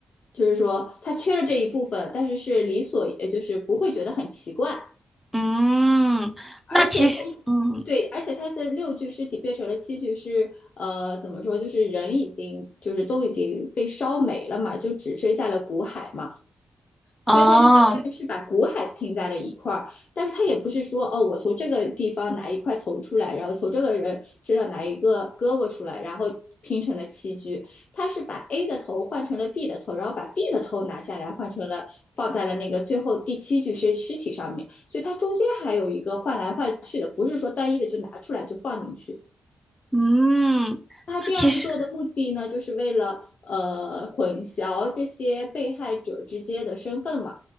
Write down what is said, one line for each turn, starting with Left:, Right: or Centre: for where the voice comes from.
Left: 就是说他缺了这一部分，但是是理所，也就是不会觉得很奇怪，
Centre: 嗯，
Left: 而且他一对，
Centre: 那其实，嗯，
Left: 而且他的六具尸体变成了七具是呃，怎么说？就是人已经就是都已经被烧没了嘛，就只剩下了骨骸嘛。
Centre: 哦，
Left: 所以它就相当于是把股海拼在了一块儿，但是它也不是说哦，我从这个地方拿一块头出来，然后从这个人身上拿一个胳膊出来，然后拼成了七具。它是把 A 的头换成了 B 的头，然后把 B 的头拿下来换成了放在了那个最后第七具尸尸体上面，所以它中间还有一个换来换去的，不是说单一的就拿出来就放进去。
Centre: 嗯，
Left: 他这样子做的目的呢，
Centre: 那其实。
Left: 就是为了呃混淆这些被害者之间的身份嘛。